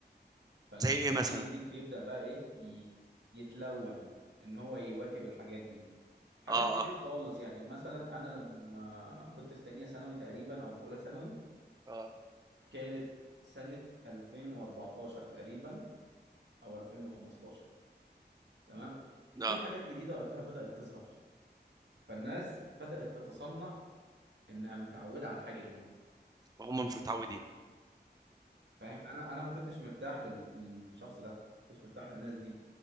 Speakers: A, on the right; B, on the right.
A: فال-
B: زي ايه
A: فالجيل
B: مثلا
A: الجديد بيبدا بقى ايه ي- يتلون ان هو يواكب الحاجات دي حاجات
B: اه
A: كتير
B: اه
A: خالص يعني مثلا انا لما كنت في تانية ثانوي تقريبا او في اولى ثانوي
B: اه
A: كانت سنة 2014 تقريبا او 2015 تمام
B: اه
A: في حاجات جديدة وقتها بدأت تظهر فالناس بدأت تتصنع انها متعودة على الحاجة دي
B: وهم مش متعودين
A: فاهم انا انا ما كنتش مرتاح لل- للشخص ده ما كنتش مرتاح للناس دي